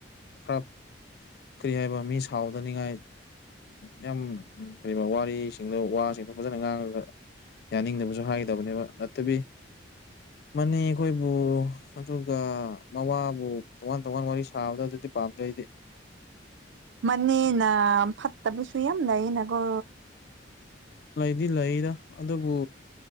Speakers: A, on the left; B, on the right.
A: ꯈꯔ ꯀꯔꯤ ꯍꯥꯏꯕ ꯃꯤ ꯁꯥꯎꯗꯅꯤꯡꯉꯥꯏ ꯌꯥꯝ ꯀꯔꯤꯕ ꯋꯥꯔꯤꯁꯤꯡꯗꯣ ꯋꯥꯁꯤꯡꯗꯣ ꯐꯖꯅ ꯉꯥꯡꯉꯒ ꯌꯥꯅꯤꯡꯗꯕꯁꯨ ꯍꯥꯏꯒꯗꯕꯅꯦꯕ ꯅꯠꯇꯕꯤ ꯃꯅꯦ ꯈꯣꯏꯕꯨ ꯑꯗꯨꯒ ꯃꯋꯥꯕꯨ ꯇꯣꯉꯥꯟ ꯇꯣꯉꯥꯟ ꯋꯥꯔꯤ ꯁꯥꯕꯗꯣ ꯑꯗꯨꯗꯤ ꯄꯥꯝꯗꯦ ꯑꯩꯗꯤ
B: ꯃꯅꯦꯝꯅ ꯐꯠꯇꯕꯁꯨ ꯌꯥꯝ ꯂꯩꯌꯦꯅꯀꯣ
A: ꯂꯩꯗꯤ ꯂꯩꯗ ꯑꯗꯨꯕꯨ